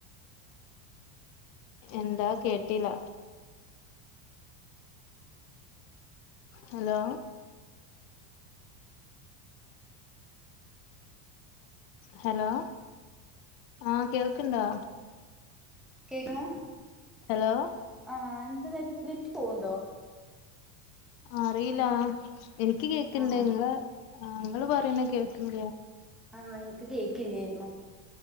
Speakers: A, on the left; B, in the centre.
A: എന്താ കേട്ടീല്ല ഹലോ ഹലോ ആഹ് കേൾക്കിണ്ടാ
B: കേക്കണോ
A: ഹലോ
B: ആഹ് എന്ത് നെ നെറ്റ് പോവുണ്ടോ.
A: അറീലാ എനിക്ക് കേക്കിണ്ട്
B: ആഹ്
A: ങ്ങള് ആഹ് നിങ്ങള് പറിണ കേൾക്ക്ണില്ല.
B: അന്ന് എനിക്ക് കേക്കില്ലേരുന്നു